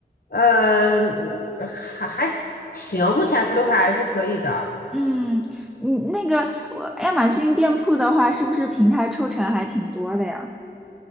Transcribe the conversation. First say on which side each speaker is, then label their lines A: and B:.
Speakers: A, on the left; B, in the centre.
A: 呃，还还行，目前都还是可以的。
B: 嗯，你那个我亚马逊店铺的话，是不是平台抽成还挺多的呀？